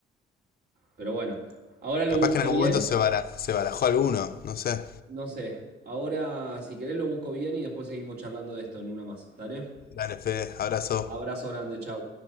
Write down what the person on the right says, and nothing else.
Pero bueno, ahora lo
busco
bien.
No sé, ahora si querés lo busco bien y después seguimos charlando de esto en una más. ¿Dale?
Abrazo grande, chau.